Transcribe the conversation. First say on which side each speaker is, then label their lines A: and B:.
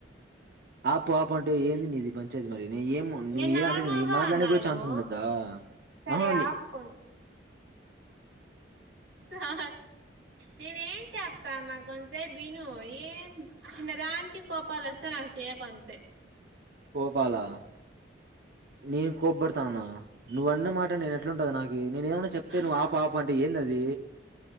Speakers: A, on the right; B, on the right.
A: ఆపు ఆపు అంటే ఏందిని ఇది పంచాయతీ మరి న ఏం నువ్వు
B: నేను
A: ఏ
B: నార్మల్
A: అంటే న
B: గా
A: మాట్లాడ
B: అన్నాను
A: కూడా ఛాన్స్ ఉండదా
B: సరే
A: ఆహా
B: ఆపు కొం సా నేను చెప్తామా కొంతే బను ఏన్ దానికి కోపాలు వస్తే నాకు చెయ కొంత
A: కోపాల నీన్ కోప్బర్తాననా నువ్ అన్న మాట న ంటది నాకు నేను ఏమన్నా చెప్తే నువ్వు
B: హా
A: ఆ పాప అంటే ఏంది అది